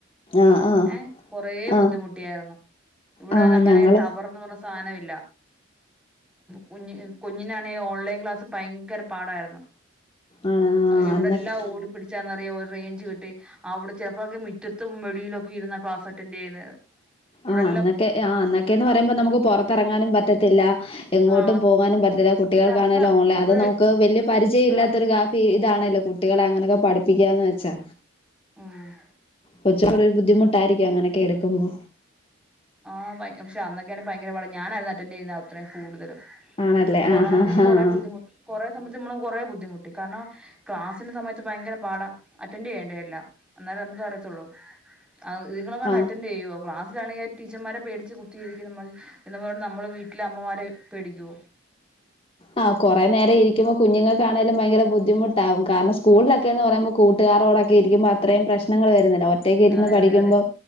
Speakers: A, on the left; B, in the centre.
A: ആഹ് ആഹ്
B: ഏ കൊറേ ബുദ്ധിമുട്ടിയായിരുന്നു
A: ആഹ്
B: ഇവിടെ
A: ആഹ്
B: അങ്ങനെ
A: ഞങ്ങള്
B: ടവർന്ന് പറ- സാനമില്ല കുഞ്ഞ കുഞ്ഞിനാണെ ഓൺലൈൻ ക്ലാസ്സിൽ ഭയങ്കര പാടായിരുന്നു
A: ആഹ്
B: എവിടെല്ലാം
A: അന്നൊക്കെ
B: ഓടി പിടിച്ചാന്ന റേഞ്ച് കിട്ടി അവിടെ ചിലപ്പോക്കെ മുറ്റത്തും വെളിയിലൊക്കെ ഇരുന്ന ക്ലാസ് അറ്റൻഡ് ചെയ്യുന്നത് എവിടെ
A: ആഹ് അന്നൊക്കെ ആ അന്നൊക്കെന്ന് പറയുമ്പോ നമുക്ക് പൊറത്തറങ്ങാനും പറ്റത്തില്ല എങ്ങോട്ടും
B: ആ
A: പോകാനും പറ്റത്തില്ല കു ട്ടികൾക്കാണേൽ
B: അല്ല നമുക്ക്
A: ഓൺലെ
B: ഇവിടെ
A: അതും നമുക്ക് വല്ല്യ പരിചയില്ലാത്തൊരു
B: ആ
A: കാഫി ഇതാണല്ലോ കുട്ടികളെ അങ്ങനെയൊക്കെ പഠിപ്പിക്ക്യാന്ന് വെച്ചാ
B: ആഹ്
A: കൊച്ച്നൊരു ബുദ്ധിമുട്ടായിരിക്കും അങ്ങനെയൊക്കെ എടുക്കുമ്പോ
B: ആഹ് പക്ഷ അന്നൊക്കെയാണ് ഭയങ്കരാപാട ഞാനായിര്‌ന്നു അറ്റന്റെയ്യുന്നെ അത്രയും കൂടുതല്
A: ആണല്ലേ
B: കൊറോണ
A: ആഹ്
B: സമയത്ത്
A: ആഹ്
B: കൊറെ
A: ആഹ്
B: ബുദ്ധിമുട്ട് കൊറെ നമ്മളെ സംബഡിച്ച് നമ്മളൊക്കെ കൊറേ ബുദ്ധിമുട്ടി കാരണം ക്ലാസിന്റെ സമയത്ത് ഭയങ്കര പാട അറ്റെന്റെയ്യേണ്ടേ എല്ലാം അന്നേ ക്ക് അറിയത്തൊള്ളൂ ഇതിങ്ങളെങ്ങാണ്ട്
A: ആഹ്
B: അറ്റെന്റെയ്യോ ക്ലാസ്സിലാണെങ്കി ടീച്ചർമാരെ പേടിച്ച് കുത്തിയിരിക്കും പറഞ്ഞ് എന്നും പർഞൊണ്ട് നമ്മള് വീട്ടിലമ്മമാരെ പേടിക്കൊ?
A: ആഹ് കൊറെ നേരം ഇരിക്കുമ്പോ കുഞ്ഞുങ്ങക്കാണേലും ഭയങ്കര ബുദ്ധിമുട്ടാവും കാരണം സ്കൂൾലൊക്കെ ലൊക്കെന്ന് പറയുമ്പോ കൂട്ടുകാരോടൊക്കെ ഇരിക്ക്മ്പോ അത്രയും പ്രശ്ങ്ങൾ വരുന്നില്ല ഒ ഒറ്റക്കിരുന്ന്
B: അതെ
A: പഠിക്കുമ്പോ
B: അതെ അതെ